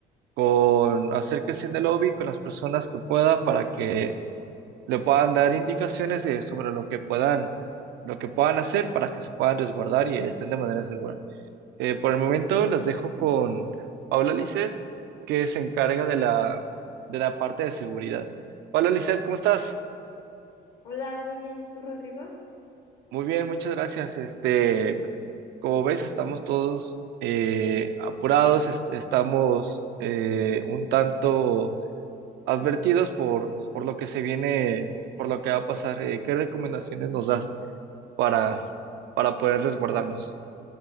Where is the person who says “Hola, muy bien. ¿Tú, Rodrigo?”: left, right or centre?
Left